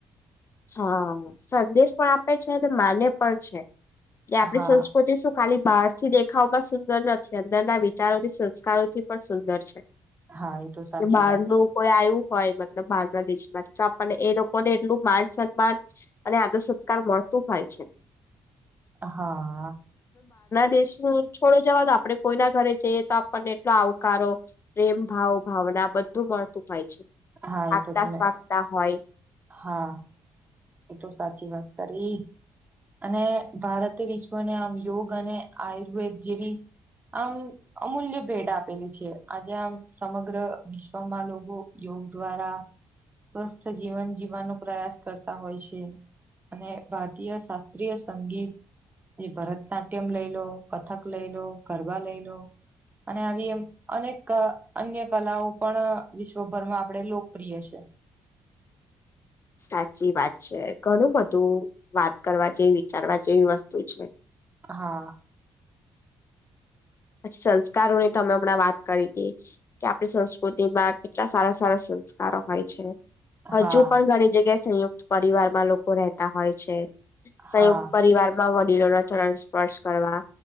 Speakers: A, on the left (about 40°); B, on the right (about 25°).
A: હા સંદેશ પણ આપે છે અને માને પણ છે એ આપણી
B: હા
A: સંસ્કૃતિ શું ખાલી બહારથી દેખાવમાં સુંદર નથી અંદરના વિચારોથી, સંસ્કારોથી પણ સુંદર છે.
B: હા એ તો સાચી
A: કે બહારનું
B: વાત છે
A: કોઈ આયુ હોય મતલબ બહારના દેશમાંથી તો આપણને એ લોકોને એટલું માન સન્માન અને આદર સત્કાર મળતું હોય છે
B: હા
A: દેશ ન છોડ જવાદો આપડે કોઈના ઘરે જઈએ તો આપણને એટલો આવકારો પ્રેમ ભાવ ભાવ બધું મળતું હોય છે
B: હા એ
A: આગતા
B: તો તમે
A: સ્વાગતા હોય
B: હા એ તો સાચી વાત કરી અને ભારતે વિશ્વને આમ યોગ અને આયુર્વેદ જેવી આમ અમૂલ્ય ભેટ આપેલી છે આજે આમ સમગ્ર વિશ્વમાં લોકો દ્વારા સ્વસ્થ જીવન જીવવાનો પ્રયાસ કર તા હોય છે અને ભારતીય શાસ્ત્રીય સંગીત એ ભરત નાટ્યમ લઈ લો કથક લઈ લો ગરબા લઈ લો અને આવી એ અનેક અન્ય કલાઓ પણ વિશ્વભરમાં આપણેે લોકપ્રિય છે
A: <inaudible> સાચી વાત છે ઘણું બધું વાત કરવા જેવી વિચારવા જેવી વસ્તુ છે
B: હા
A: પછી સંસ્કારોની તમે હમણાં વાત કરી હતી કે આપણી સંસ્કૃતિમાં કેટલા સારા સારા સંસ્કારો હોય છે
B: હા
A: હજુ પણ ઘણી જગ્યાએ સંયુક્ત પરિવારમાં લોકો રહેતા હોય છે. સંયુક્ત
B: હા
A: પરિવારમાં વડીલોના ચરણ સ્પર્શ કરવા